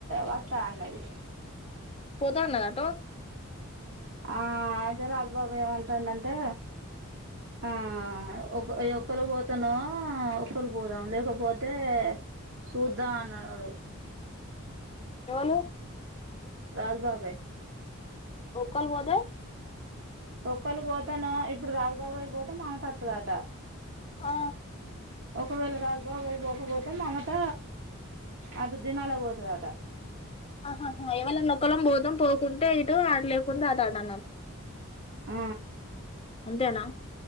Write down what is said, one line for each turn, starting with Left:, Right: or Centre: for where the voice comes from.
Right: వత్త అన్నది
Left: పోత అన్నద అటు
Right: ఆ ఆయితే రాజు బాబాయ్ ఏం అంటాడు అంటే ఆ ఒక ఒక్కళకి పోతేనో ఒకలికి పోదాం లేకపోతే చూద్దాం అన్నాడు
Left: ఎవలు
Right: రాద్ బాబాయ్
Left: ఒక్కల్ పోతే
Right: ఒక్కళ్ళు పోతేనో ఇప్పుడు రాజుబాబాయి పోతే మమత వొత్తదట
Left: ఆ
Right: ఒకవేళ రాజు బాబాయ్ పోకపోతే మామత అటు దినాలకు పోతదట
Left: ఆహా ఎవలన్న ఒక్కలం పోతాం పోకుంటే ఇటు అటు లేకుండా అతటు అన్నట్టు
Right: ఊ
Left: అంతేనా